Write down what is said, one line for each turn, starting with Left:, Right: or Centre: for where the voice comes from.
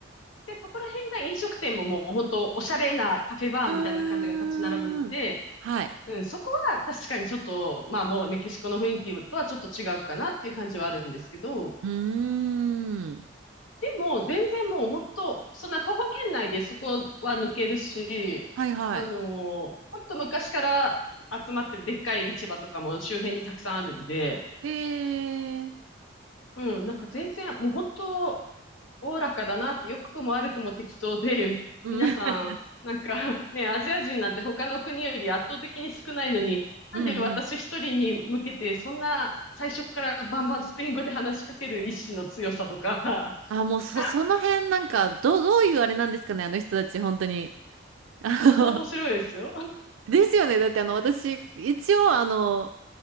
Left: で、そこら辺が飲食店ももう本当おしゃれなカフェバーみたいな感じが立ち並ぶんで、
Right: うーん。はい。
Left: うん、そこは確かにちょっと、まあもうメキシコの雰囲気とはちょっと違うかなっていう感じはあるんですけど、
Right: うーん。
Left: でも、全然もう本当、そんな徒歩圏内でそこは抜けるし、
Right: はいはい。
Left: あのーほんと昔から集まってるでっかい市場とかも周辺にたくさんあるんで、
Right: で、
Left: うん、なんか全然、もう本当、おおらかだなって、良くも悪くも適当で、
Right: うん。
Left: 皆さん、
Right: <laughs>
Left: なんかね、アジア人なんて他の国より圧倒的に少ないのに、
Right: うんうん。
Left: なんで私一人に向けて、そんな最初からバンバンスペイン語で話しかける意志の強さとか、
Right: あ、もうそ、
Left: <laughs>
Right: その辺なんか、どう、どういうあれなんですかね、あの人たち、本当に。<laughs> あ
Left: 本当面白いですよ。
Right: のですよね。だってあの、私、一応、あの、